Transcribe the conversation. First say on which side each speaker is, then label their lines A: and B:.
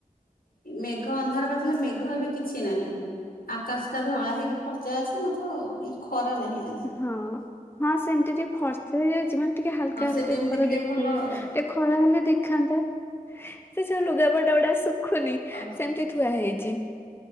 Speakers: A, on the left; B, on the left.
A: ମେଘ ଅନ୍ଧାର କରିଥିଲା ମେଘ ଏବେ କିଛି ନାହିଁ। ଆକାଶ ଟା ଧଳା ହେଇକି ଫର୍ଚ୍ଚା ଅଛି ମାତ୍ର ଇ ଖରା ନାହିଁ। ଆଜି
B: ହଁ ହଁ ସେମିତି ଟିକେ ଫର୍ ଥ୍ରୀ ଯଇଛି ମାନେ ଟିକେ ହାଲକା
A: ହଁ
B: ହାଲକା
A: ସେମିତି
B: ଖରା
A: ଟିକେ
B: ଦେଖଉଚି।
A: ଭଲ ଆଉ।
B: ଏ ଖରା ହେଲେ ଦେଖାନ୍ତା ସେ ଯୋଉ ଲୁଗାପଟା ଗୁଡା ଶୁଖୁନି
A: ଆଉ
B: ସେମିତି ଥୁ ଥୁଆ ହେଇଚି।